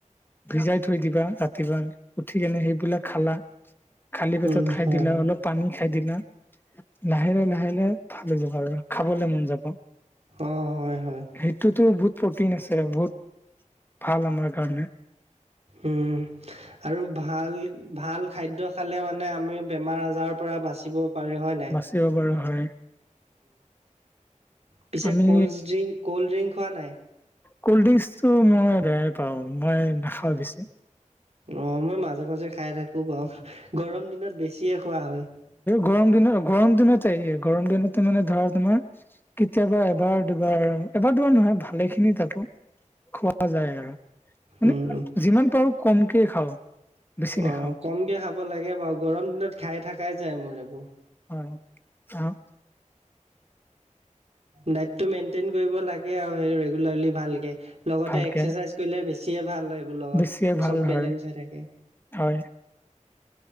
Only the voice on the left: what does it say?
ভিজাই থৈ দিবা ৰাতিপুৱা উঠিকনে সেইবিলাক খালা। খালী পেটত
খাই
দিলা
অলপ পানী খাই দিলা লাহে লাহ লাহে লাহে ভাল হৈ যাবা আৰু খাবলৈ মন যাব।
সেইটোতো বহুত প্ৰটিন আছে বহুত ভাল আমাৰ কাৰণে।
দিব পাৰ হয়
আমি
ক'ল্ড ড্ৰিংকচটো মই বেয়াই পাওঁ মই নাখাওঁ বেছি।
গৰম দিনত গৰম দিনতে ই গৰম দিনতে মানে ধৰা তোমাৰ- কেতিয়াবা এবাৰ দুবাৰ এবাৰ দুবাৰ নহয় ভালে খিনি তাকো খোৱা যায় আৰু মানে
যিমান পাৰো কমকে খাওঁ। বেছি
নাখাওঁ
হয় অ-
ভালকে
বেছিয়ে ভাল
হয়
হয়